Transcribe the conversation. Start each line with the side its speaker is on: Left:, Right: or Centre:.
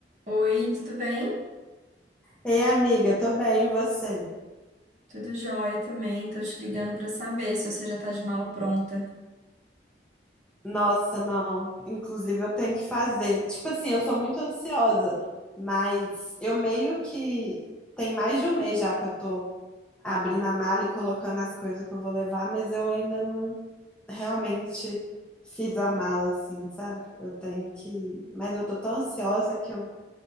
Right: Oi, tudo bem?
Centre: Ei, amiga, tô bem, e você?
Right: Tudo jóia também. Tô te ligando pra saber se você já tá de mala pronta.
Centre: Nossa, não. Inclusive, eu tenho que fazer. Tipo assim, eu sou muito ansiosa, mas eu meio que tem mais de um mês já que eu tô abrindo a mala e colocando as coisas que eu vou levar, mas eu ainda não realmente fiz a mala, assim, sabe? Eu tenho que. Mas eu tô tão ansiosa que eu